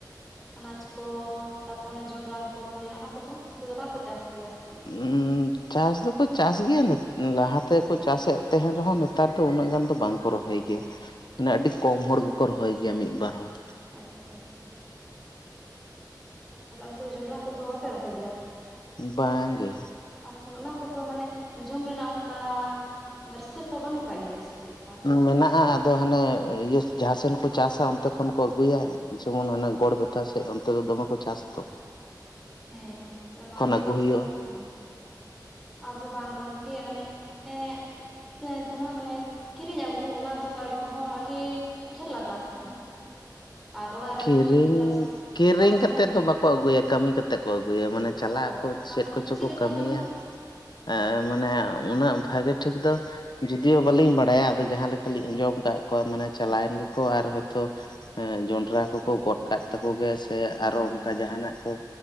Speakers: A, in the centre; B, on the left.
A: ᱟᱱᱟᱡᱽ ᱠᱚ, ᱛᱟᱯᱚᱨ ᱚᱱᱮ ᱡᱚᱱᱰᱨᱟ ᱠᱚᱠᱚ ᱨᱚᱦᱚᱭᱟ ᱚᱱᱟ ᱠᱚᱫᱚ ᱱᱚᱛᱮ ᱫᱚ ᱵᱟᱠᱚ ᱪᱟᱥ ᱜᱮᱭᱟ ᱥᱮ ᱪᱮᱫ?
B: ᱩᱸ ᱪᱟᱥ ᱫᱚᱠᱚ ᱪᱟᱥ ᱜᱮᱭᱟ ᱱᱤ ᱞᱟᱦᱟ ᱛᱮᱠᱚ ᱪᱟᱥᱮᱜ ᱛᱟᱦᱮᱸᱱ ᱨᱮᱦᱚᱸ, ᱱᱮᱛᱟᱨ ᱫᱚ ᱩᱱᱟᱹᱜ ᱜᱟᱱ ᱫᱚ ᱵᱟᱝ᱾ ᱠᱚ ᱨᱚᱦᱚᱭ ᱜᱮᱭᱟ ᱢᱟᱱᱮ ᱟᱹᱰᱤ ᱠᱚᱢ ᱦᱚᱲ ᱜᱮᱠᱚ ᱨᱚᱦᱚᱭ ᱜᱮᱭᱟ ᱢᱤᱜ ᱵᱟᱨ ᱦᱚᱲ᱾
A: ᱟᱪᱪᱷᱟ ᱟᱪᱪᱷᱟ᱾ ᱛᱟᱦᱚᱞᱮ ᱚᱱᱛᱮ ᱫᱚ ᱡᱚᱸᱰᱨᱟ ᱠᱚᱫᱚ ᱵᱟᱯᱮ ᱨᱚᱦᱚᱭ ᱜᱮᱭᱟ?
B: ᱵᱟᱝ ᱜᱮ᱾
A: ᱟᱨ ᱛᱟᱦᱚᱸᱞᱮ ᱚᱱᱟ ᱠᱚᱫᱚ ᱢᱟᱱᱮ ᱡᱚᱢ ᱨᱮᱱᱟᱜ ᱚᱝᱠᱟ ᱨᱟᱹᱥᱠᱟᱹ ᱠᱚ ᱵᱟᱹᱱᱩᱜ ᱠᱟᱜ ᱜᱮᱭᱟ ᱥᱮ ᱪᱮᱜ-ᱠᱟ?
B: ᱢᱮᱱᱟᱜᱼᱟ ᱟᱨ ᱫᱚ ᱦᱟᱸᱱᱮ ᱤᱭᱟᱹ ᱡᱟᱦᱟᱸ ᱥᱮᱱ ᱠᱚ ᱪᱟᱥᱟ ᱚᱱᱛᱮ ᱠᱷᱚᱱ ᱠᱚ ᱟᱹᱜᱩᱭᱟ, ᱡᱮᱢᱚᱱ ᱦᱟᱱᱮ ᱜᱚᱲᱵᱮ ᱛᱟ ᱥᱮᱜ ᱚᱱᱛᱮ ᱫᱚ ᱫᱚᱢᱮ ᱠᱚ ᱪᱟᱥᱟ ᱛᱚ᱾
A: ᱦᱮᱸ ᱚᱱᱟ ᱟᱹᱰᱤ
B: ᱟᱹᱜᱩ
A: ᱫᱚ
B: ᱦᱩᱭᱩᱜᱼᱟ
A: ᱪᱟᱥ ᱦᱩᱸ᱾ ᱟᱫᱚ ᱵᱟᱝ ᱜᱚᱝᱠᱮ ᱢᱟᱱᱮ ᱮᱸᱜ ᱡᱟᱦᱟᱸ ᱢᱟᱱᱮ ᱠᱤᱨᱤᱧ ᱟᱹᱜᱩ, ᱚᱱᱟ ᱫᱚ ᱠᱟᱹᱣᱰᱤ ᱠᱚᱦᱚᱸ ᱟᱹᱰᱤ ᱰᱷᱮᱨ ᱞᱟᱜᱟᱜᱼᱟ ᱥᱮ? ᱟᱨ ᱚᱲᱟᱜ ᱨᱮ
B: ᱠᱤᱨᱤᱧ,
A: ᱢᱤᱫᱴᱤᱱ ᱪᱟᱥ
B: ᱠᱤᱨᱤᱧ
A: ᱪᱟᱥ ᱛᱟᱦᱮᱸ
B: ᱠᱟᱛᱮᱜ
A: ᱞᱮᱱ
B: ᱫᱚ ᱵᱟᱠᱚ ᱟᱹᱜᱩᱭᱟ, ᱠᱟᱹᱢᱤ ᱠᱟᱛᱮᱜ ᱠᱚ ᱟᱹᱜᱩᱭᱟ᱾ ᱢᱟᱱᱮ ᱪᱟᱞᱟᱜ
A: ᱚ
B: ᱟᱠᱚ
A: ᱠᱟᱹᱢᱤ
B: ᱪᱮᱫ ᱠᱚᱪᱚ ᱠᱚ
A: ᱞᱮᱠᱟ
B: ᱠᱟᱹᱢᱤᱭᱟ,
A: ᱠᱟᱹᱢᱤ ᱫᱚ
B: ᱮᱸ ᱢᱟᱱᱮ ᱩᱱᱟᱹᱜ ᱵᱷᱟᱜᱮ ᱴᱷᱤᱠ ᱫᱚ ᱡᱩᱫᱤᱭᱳ ᱵᱟᱞᱤᱧ ᱵᱟᱲᱟᱭᱟ᱾ ᱫᱚ ᱡᱟᱦᱟᱸ ᱞᱮᱠᱟ ᱞᱤᱧ ᱟᱸᱡᱚᱢ ᱠᱟᱜ ᱠᱚᱣᱟ, ᱢᱟᱱᱮ ᱪᱟᱞᱟᱣᱮᱱ
A: ᱦᱮᱸᱛᱚ
B: ᱜᱮᱠᱚ ᱟᱨ ᱦᱚᱭᱛᱚ ᱡᱚᱸᱰᱨᱟ ᱠᱚ ᱠᱚ ᱜᱚᱫ ᱠᱟᱜ ᱛᱟᱠᱚ ᱜᱮ, ᱥᱮ ᱟᱨᱚ ᱚᱱᱠᱟ ᱡᱟᱦᱟᱸᱱᱟᱜ ᱠᱚ